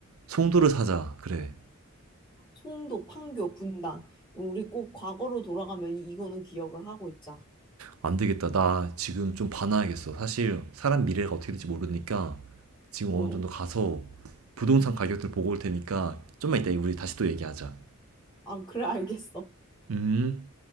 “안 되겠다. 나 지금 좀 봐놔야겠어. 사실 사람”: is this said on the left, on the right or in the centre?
Right